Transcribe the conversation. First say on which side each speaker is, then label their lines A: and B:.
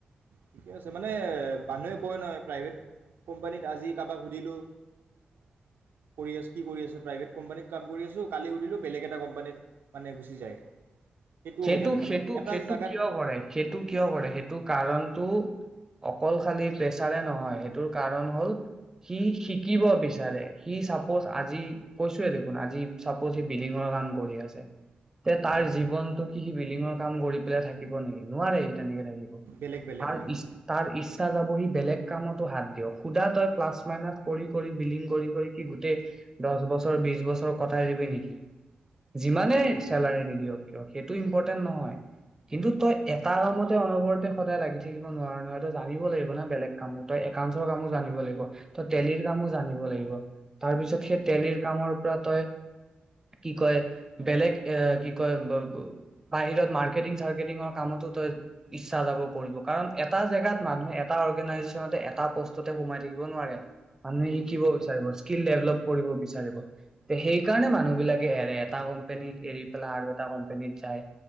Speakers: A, on the right; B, on the right.
A: ঠিকে আছে মানে মানুহে কয় নহয় প্ৰাইভেট কোম্পানীত আজি কাৰোবাক সুধিলোঁ কৰি আছো কি কৰি আছে প্ৰাইভেট কোম্পানীত কাম কৰি আছোঁ কালি সুধিলোঁ বেলেগ এটা কোম্পানীত মানে গুচি যায়। সেইটোও
B: সেইটো,
A: হৈ থাকে মানে
B: সেইটো,
A: এটা
B: সেইটো
A: জেগাত
B: কিয় কৰে, সেইটো কিয় কৰে, সেইটো কাৰণ টো অকল খালি প্ৰেছাৰে নহয় সেইটোৰ কাৰণ হ'ল সি শিকিব বিচাৰে। সি চাপ'জ আজি কৈছোে দেখোন আজি চাপ'জ সি বিল্ডিঙৰ কাম কৰি আছে তে তাৰ
A: উম,
B: জীৱনটো লিঙ কাম কৰি পেলাই থাকিব নেকি, নোৱাৰে তেনেকে থাকিব।
A: বেলেগ বেলেগ
B: তাৰ,
A: লাগে
B: তাৰ ইচ্ছা যাব সি বেলেগ কামত হাত দিয় সুধা তই প্লাছ মাইনত কৰি কৰি বিলিং কৰি কৰি কি গোটেই দশ বছৰ বিশ বছৰ কটাই দিবি নেকি। যিমানেই
A: উম,
B: চেলাৰী নিদিয়ক কিয়। সেইটো ইম্পৰ্টেণ্ট নহয় কিন্তু তই এটা কামতেই অনবৰতে সদায় লাগি থাকিব নোৱাৰ নহয়, তই জানিব লাগিব ন', বেলেগ কামো। তই একাউণ্টছৰ কামো জানিব লাগিব, তই টেলিৰ কামো জানিব লাগিব তাৰ পিছত, সেই টেলিৰ কামৰ পৰা তই কি কয়, বেলেগ এ কি কয় ব ব বাহিৰত মাৰ্কেটিং চাৰকেটিঙৰ কামতো তই ইচ্ছা যাব কৰিব, কাৰণ এটা জেগাত মানুহে এটা অৰ্গেনাইজেচনতে এটা পষ্টতে সোমাই থাকিব নোৱাৰে। মানুহে
A: উম,
B: শিকিব বিচাৰিব, স্কিল ডেভলপ্ কৰিব বিচাৰে। লাগিব সেই কাৰণে মানুহবিলাকে এৰে, এটা কোম্পানী এৰি পেলাই আৰু এটা কোম্পেনীত। যায়